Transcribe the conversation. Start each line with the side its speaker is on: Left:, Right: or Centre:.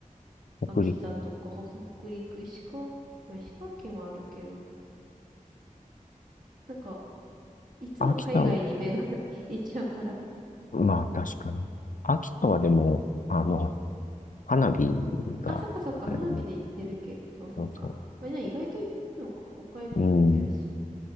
Left: 北陸、
Right: 秋田とか、ほ北陸、石川、まあ、石川県はあるけど、なんか、いつも海外に目が
Left: 秋田を、
Right: <laughs> 行っちゃうから。
Left: まあ確かに。秋田はでも、あの、花火が、
Right: あ、そっかそっか、
Left: あれだよね、
Right: 花火で行ってるけど、そっか。
Left: そうそ
Right: まあ、じゃあ意外と行ってるのか。北海道も行ってるし。
Left: う。うん、